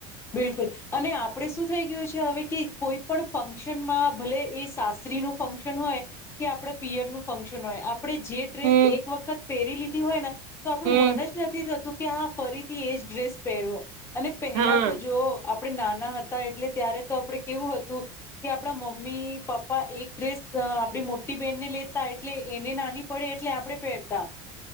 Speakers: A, on the left; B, on the right.
A: બિલકુલ, અને આપડે શું થઈ ગયું છે હવે કે કોઈ પણ ફંક્શનમાં ભલે એ સાસરી નું ફંક્શન હોય. કે આપણે પીયરનું. ફાક્શન હોય આપ આપણે જે ડ્રેસ
B: હમ
A: એક વખત પેરી લી હોયને, તો આપણું
B: હમ
A: મન જ નથી થતું કે હ ફરીથી એ જ ડ્રેસ પહેરુ, અને
B: હા.
A: તો જો આપ આપણે નાના હતા એટલે ત્યારે તો આપડે કેવું હતું કે આપડા મમ મમ્મી પપ્પા એક ડ્રેસ આપડી મો મોટી બેહેનને લેતા એટલે એને નાની પડે એટલે આપણેે પહેરતા,